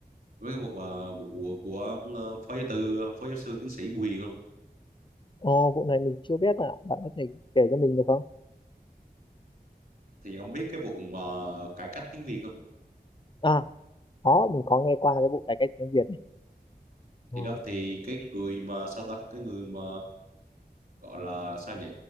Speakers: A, on the right; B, on the left.
A: biết cái vụ mà vụ của ờ, phó giáo sư phó giáo sư tiến sĩ Bùi Hiền không?
B: ờ vụ này mình chưa biết à bạn có thể kể cho mình được không
A: Thì ông biết cái vụ mà cải cách tiếng Việt không?
B: à có mình có nghe qua cái vụ cải cách tiếng Việt ấy. Ờ,
A: Thì đó thì cái người mà sao ta cái người mà gọi là sao nhỉ